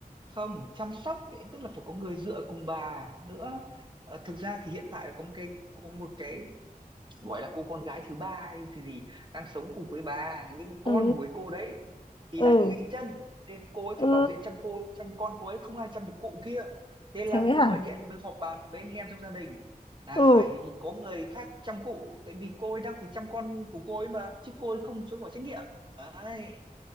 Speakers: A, on the right; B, on the left.
A: không chăm sóc ấy, tức là phải có người dựa cùng bà nữa Ờ, thực ra thì hiện tại có một cái có một cái gọi là cô con gái thứ ba hay gì gì đang sống cùng với bà nhưng con
B: ừ
A: của ấy cô đấy thì
B: ừ
A: lại bị gãy chân nên cô ấy
B: ừ
A: phải vào viện chăm cô chăm con cô ấy không ai chăm được cụ kia thế là
B: thế
A: mới
B: hả
A: gọi điện mới họp bàn với anh em trong gia đình là
B: ừ
A: phải có người khác chăm cụ tại vì cô ấy đang phải chăm con của cô ấy mà chứ cô ấy không chối bỏ trách nhiệm đấy